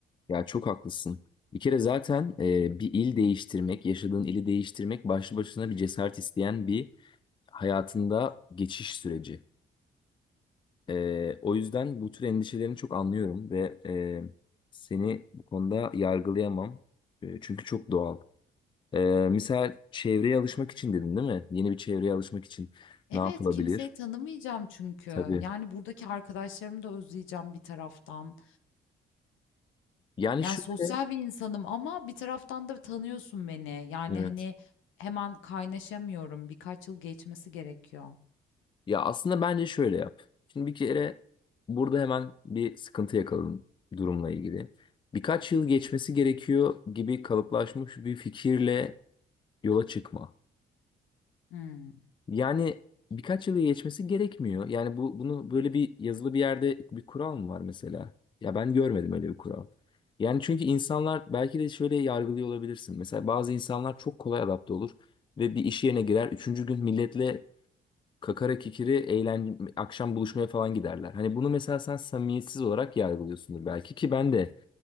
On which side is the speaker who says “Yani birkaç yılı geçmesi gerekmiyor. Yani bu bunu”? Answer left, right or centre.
Left